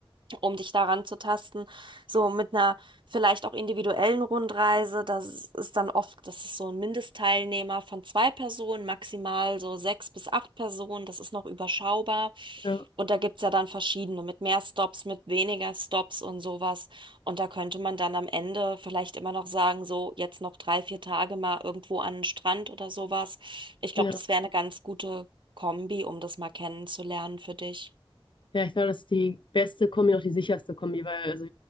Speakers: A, on the right; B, on the left.
A: um dich daran zu tasten. So mit einer vielleicht auch individuellen Rundreise, das ist dann oft, das ist so ein Mindestteilnehmer von zwei Personen, maximal so sechs bis acht Personen, das ist noch überschaubar.
B: Ja.
A: Und da gibt's ja dann verschiedene, mit mehr Stops, mit weniger Stops und sowas. Und da könnte man dann am Ende vielleicht immer noch sagen, so jetzt noch drei, vier Tage mal irgendwo an den Strand oder sowas. Ich
B: Ja.
A: glaube, das wäre eine ganz gute Kombi, um das mal kennenzulernen für dich.
B: Ja, ich glaube, das ist die beste Kombi, auch die sicherste Kombi, weil also